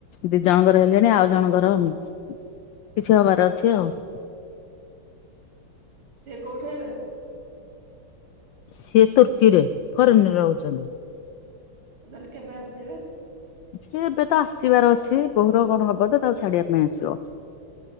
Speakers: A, on the left; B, on the right.
A: ଦି ଜଣଙ୍କର ହେଲେଣି, ଆଉ ଜଣଙ୍କର କିଛି ହବାର ଅଛି, ଆଉ।
B: ସେ କୋଉଠି ହେବେ?
A: ସିଏ ତୁର୍କୀରେ, ଫରେନ୍‌ ରେ ରହୁଛନ୍ତି।
B: ତାହେଲେ, କେବେ ଆସିବେ?
A: ସେ ଏବେ ତ ଆସିବାର ଅଛି। ବୋହୁର କଣ ହବ, ତ? ତାକୁ ଛାଡିବା ପାଇଁ ଆସିବ।